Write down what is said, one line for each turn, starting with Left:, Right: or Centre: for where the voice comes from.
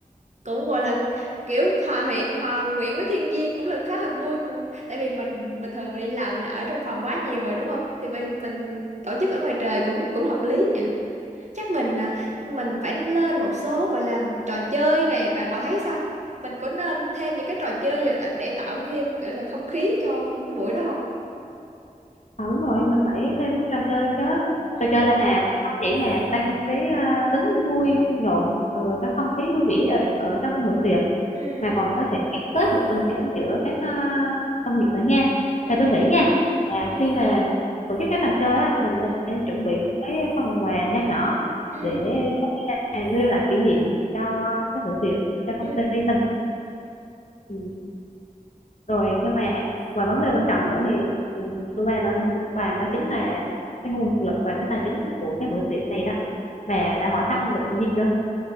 Right: cũng gọi là kiểu hòa quyện hòa quyện với thiên nhiên cũng là khá là vui cũng tại vì mình bình thường mình đi làm mình ở trong phòng quá nhiều rồi đúng không thì mình, mình tổ chức ở ngoài trời cũng cũng hợp lý nhỉ chắc mình à, mình phải lên một số gọi là trò chơi này bà bà thấy sao mình có nên thêm những cái trò chơi vào tại- để tạo thêm kiểu là không khí cho cái buổi đó không
Left: à, đúng rồi mình phải thêm trò chơi chứ
Right: ừ
Left: trò chơi là không chỉ là tăng cái à, tính vui nhộn rồi cái không khí vui vẻ ở, ở trong cái bữa tiệc
Right: ừ
Left: mà còn có thể gắn kết được tình cảm giữa các ờ, đồng nghiệp nữa nha
Right: ừ
Left: mà tôi nghĩ
Right: ừ
Left: nha là
Right: ừ
Left: khi mà tổ chức các trò chơi á mình
Right: ừ
Left: nên chuẩn bị những cái phần quà nho nhỏ
Right: ừ
Left: để có thể là lưu lại kỷ niệm cho cái bữa tiệc cho công
Right: ừ
Left: ty mình ừ. rồi nhưng mà và vấn đề quan trọng nữa thì ừm, tôi ba nên bàn đó chính là cái nguồn lực và cái tài chính của cái bữa tiệc này đó mà đã hỏi thăm được gì chưa